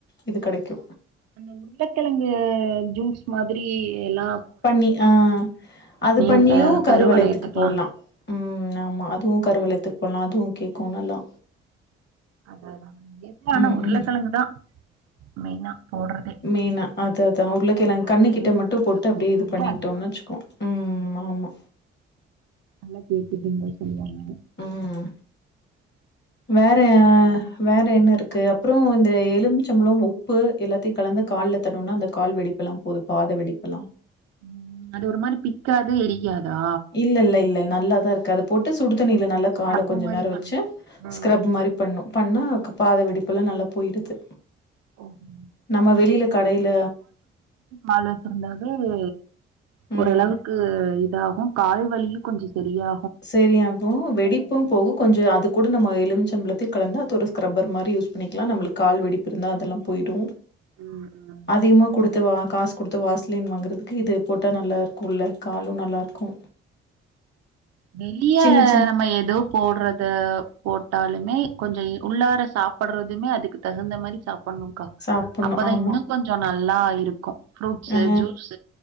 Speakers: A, on the left; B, on the right.
A: இது கடைக்கு
B: அந்த உருளைக்கெழங்கு ஜூஸ் மாதிரி எல்லா
A: பண்ணி ஆ அது பண்ணியு
B: அந்த
A: கருவளயத்துக்கு
B: கருவளையத்துக்கலாம்.
A: போட்லா ம் ஆமா அதுவு கருவளையத்துக்கு போட்லா அதுவு கேக்கு நல்லா
B: அதா அதா வெப்பெ ஆனா
A: ம்
B: உருளைக்கெழங்கு
A: ம்
B: தா மெயினா போடுறதே.
A: மெயினா அது அதா உருளைகெளங்கு
B: கருவளையத்துக்கு
A: கண்ணு கிட்ட மட்டு போட்டு
B: அப்படின்னாலே
A: அப்டியே இது பண்ணிட்டோனு
B: அதுதான்.
A: வச்சுக்கோ ம் ஆமா
B: நல்லா கேக்குதுன் தா சொல்லுவாங்க
A: ஆமா வேற
B: ம் அப்ப,
A: வேற என்ன இருக் க்கு அப்புறோ இந்த எலுமிச்சபள உப்பு எல்லாத்தையு கலந்து கால்ல தடவுனா அந்த கால் வெடிப்பெல்லா போது பாத வெடிப்பெலா
B: ம் அது ஒரு மாரி பிக்காது எரியாதா
A: இல்ல இல்ல இல்ல நல்லாதா இருக்கு அத போட்டு சுடுதண்ணியில நல்லா
B: ஸ்க்ரப்
A: கால கொஞ்ச
B: மாரி
A: நேர
B: பண்ணு
A: வெச்சு
B: ம்
A: ஸ்கிரப் மாரி பண்ணு பண்ணாகு பாத வெடிப்பெல்லா நல்லா போயிறுது
B: ஓஹோ.
A: நம்ம வெளியில கடையில
B: கால வெச்சிருந்தாலே
A: ம்.
B: ஓரளவுக்கு இதாகு கால் வலியு கொஞ்ச செரியா
A: செரியாகு வெடிப்பு போகு கொஞ்ச அது கூட நம்ம எலுமிச்சம்பளத்த கலந்து அது ஒரு ஸ்க்ரப்பர் மாரி யூஸ் பண்ணிக்கிலா நம்ளுக்கு கால் வெடிப்புருந்தா அதெல்லா போயிடு
B: ம் ம்
A: அதிகமா குடு த்துவாங்னா காசு கொடுத்து வாஷ்லின் வாங்குறதுக்கு இது போட்டா நல்லா இருக்கு உள்ள காலு நல்லா இருக்கு
B: வெளிய
A: சின்ன சின்ன
B: நம்ம ஏதோ போடுறத போட்டாலுமே கொஞ்ச இ உள்ளார சாப்புடுறதுமே அதுக்கு தகுந்த மாரி சாப்புட்ணு கா
A: சாப்புட்ணும்.
B: அப்பதா
A: ஆமா.
B: இன்னு கொஞ்சொ நல்லா இருக்கு ஃப்ரூட்ஸு
A: ஆ
B: ஜூஸ்